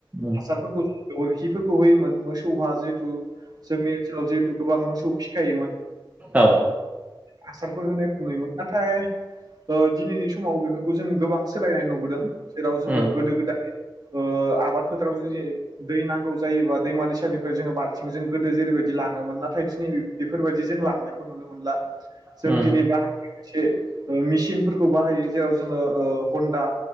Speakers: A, on the right (about 20°); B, on the right (about 50°).
A: उम
B: हासारफोरखौ गोबोरखिफोरखौ होयोमोन मोसौ हा जिहेतु जोंनि ओनसोलाव जिहेतु गोबां मोसौ फिखायोमोन
A: औ
B: हासारफोर होनायखौ नुयोमोन नाथाय दिनैनि समाव बेफोरखौ जों गोबां सोलायनाय नुबोदों जेराव जोङो
A: उम
B: गोदो गोदाय ओ आबाद फोथारावदि दै नांगौ जायोबा दैमा दैसानिफ्राय जोङो बाल्थिंजों गोदो जेरैबायदि लाङोमोन नाथाय दिनै बेफोरबायदि जों लांनायखौ नुनो मोनला जों
A: उम
B: दिनै बाहायनि सासे मेसिनफोरखौ बाहायो जेराव जोङो ओ हन्दा